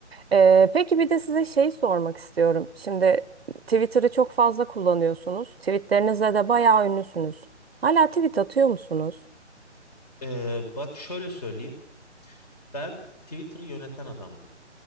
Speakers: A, on the right; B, on the left.
A: Ee, peki bir de size şey sormak istiyorum. Şimdi Twitter'ı çok fazla kullanıyorsunuz. Tweetlerinizle de bayağı ünlüsünüz. Hala tweet atıyor musunuz?
B: Ee, bak şöyle söyleyeyim. Ben Twitter'ı yöneten adamdım.